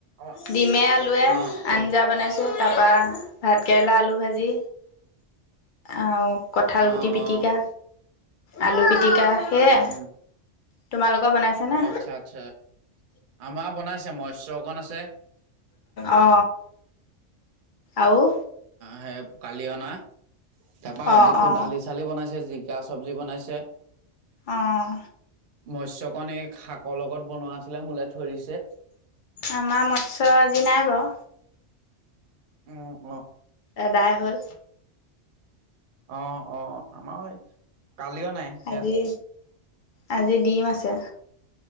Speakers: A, on the right; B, on the left.
A: অ
B: ডিমে আলুৱে
A: অ অ
B: আঞ্জা। বনাইছোঁ তাপা ভাত কেৰেলা, আলু ভাজি আৰু কঁঠাল
A: অ
B: গুটি পিটিকা,
A: অ
B: আলু পিটিকা। সেয়াই
A: উম, উম,
B: তোমালোকৰ বনাইছানে
A: আছ আচ্ছা আমাৰ বনাইছে মৎস্য অকণ আছে।
B: অ আৰু
A: সেই কালি অনা তাপা
B: অ অ
A: ডালি কালি বনাইছে, জিকা চব্জি বনাইছে।
B: অঁ
A: মৎস্যকণ এই শাকৰ লগত বনোৱা আছিলে মোলে থৈ দিছে।
B: আমাৰ মৎস্য আজি নাই বাও।
A: উম অ।
B: এদাই হ'ল।
A: অ অ আমাৰ কালি অনাই সেয়া।
B: আজি আজি দিম আছে।